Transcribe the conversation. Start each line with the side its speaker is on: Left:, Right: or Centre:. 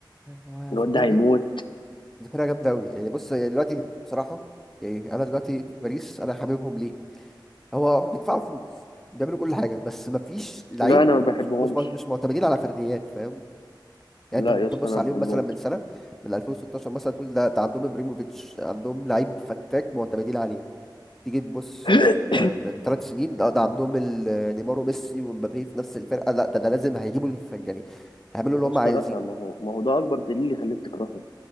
Centre: هو
Left: الواد
Centre: في
Left: ده
Centre: فرقه
Left: هيموت
Centre: فرقة جامده قوي يعني بص يعني دلوقتي بصراحه يعني انا دلوقتي في باريس انا حاببهم ليه هو بيدفعوا فلوس بيعملوا كل حاجه بس ما فيش لعيب
Left: لا انا ما
Centre: مش
Left: بحبهمش
Centre: مش مش معتمدين على فرديات فاهم يعني
Left: لا
Centre: انت كنت
Left: يا اسطى
Centre: تبص
Left: انا ما
Centre: عليهم
Left: بحبهمش
Centre: مثلا من سنه من 2016 مثلا تقول ده, ده عندهم ابريموفيتش عندهم لعيب فتاك معتمدين عليه تيجي تبص
Left: <laughs>
Centre: آه، من ثلاث سنين لا ده عندهم ال- نيمار وميسي ومبابي في نفس الفرقه لا ده, ده لازم هيجيبوا الف- يعني هيعملوا اللي
Left: يا
Centre: هم
Left: اسطى
Centre: عايزين
Left: لا ما هو ما هو ده اكبر دليل يخليك تكرههم